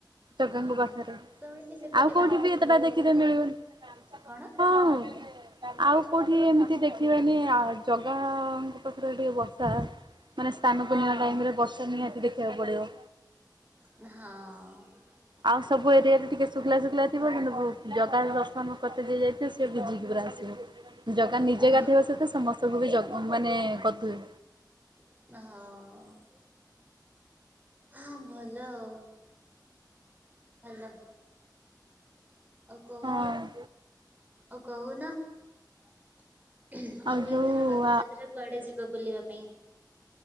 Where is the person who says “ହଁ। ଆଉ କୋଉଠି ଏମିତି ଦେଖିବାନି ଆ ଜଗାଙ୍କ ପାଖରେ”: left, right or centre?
Right